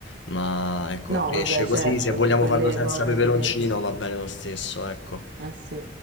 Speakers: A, on the left; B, on the right.
A: Ma ecco,
B: No,
A: pesce
B: vabbè,
A: così,
B: certo,
A: se vogliamo
B: quelle
A: farlo senza
B: cose,
A: peperoncino
B: sì,
A: va bene lo stesso, ecco.
B: eh sì.